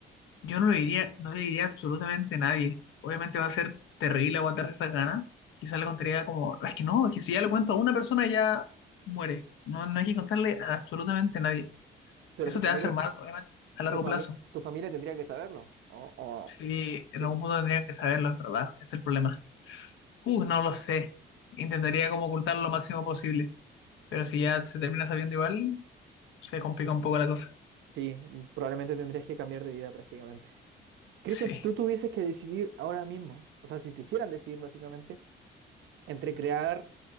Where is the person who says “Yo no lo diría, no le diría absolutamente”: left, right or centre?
Left